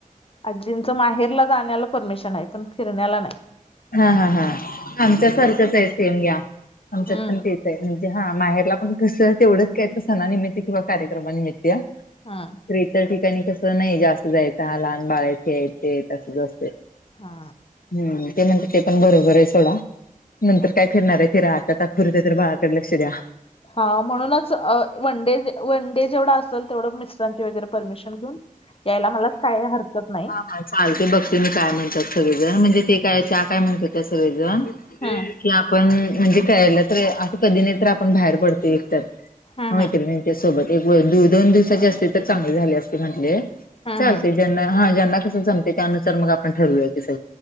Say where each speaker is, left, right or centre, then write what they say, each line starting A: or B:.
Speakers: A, on the left; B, on the left.
A: आजींचं माहेरला जाण्याला परमिशन आहे पण फिरण्याला नाही
B: हा हा हा आमच्यासारखंच आहे सेम घ्या आमच्यात
A: हम्म
B: पण ते म्हणजे हा माहेरला पण कसं तेवढंच काय तर सणानिमित्त किंवा कार्यक्रमानिमित्त
A: हा
B: इतर ठिकाणी कस नाही जास्त जायचं हा लहान बाळ हाय हे हाय ते हाय असंच असतय
A: हा
B: हम् ते म्हणते पण बरोबर आहे सोडा नंतर काय फिरणार आहे फिरा आता तात्पुरते तर बाळाकडे लक्ष द्या
A: हा म्हणूनच वनडे वनडे जेवढा असेल तेवढं मिस्टराची वैगेरे पर परमिशन घेऊन यायला मला काय हरकत नाही
B: हा हा चालते बघते मी काय म्हणतात सगळेजण म्हणजे ते काय त्या काय म्हणत होत्या सगळेजण
A: हम्म
B: कि आपण म्हणजे
A: हम्म
B: कळलं तर असं कधी नाही तर आपण बाहेर पडतो एकतर
A: हम्म
B: मैत्रिणींच्या सोबत एक दोन दिवसांची असते तर चांगली झाली असती म्हटले
A: हम्म
B: चालत
A: हम्म.
B: ज्यांना हा ज्यांना कसं जमते त्यानुसार मग आपण ठरवूया की सगळं